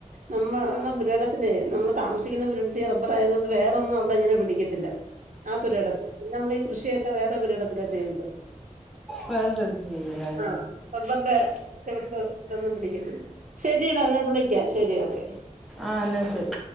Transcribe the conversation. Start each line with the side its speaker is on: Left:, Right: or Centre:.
Right: നമ്മള പുരാട്ത്തിലെ നമ്മ താമസിക്കുന്ന പുരടത്തി റബ്ബർ ആയത് കൊണ്ട് വേറെന്നും അവിടെ ഇങ്ങനെ പിടിക്കത്തില്ല ആ പുരിടത്തിൽ പിന്നെ നമ്മൾ ഈ കൃഷിയൊക്കെ വേറെ പുരിയിടത്തിലേ ചെയ്യണ്ട്
Centre: വേറെ സ്ഥലത്ത് ചെയ്യലാല്ലേ
Right: ആഹ് റബ്ബറിൻ്റെ ചോവ ട്ടില് ഇത് ഒന്നും പിടിക്കത്തില്ല ശരിടാ എന്ന വിളിക്കാം ശരി ഒക്കെ
Centre: ആഹ് എന്നാ ശരി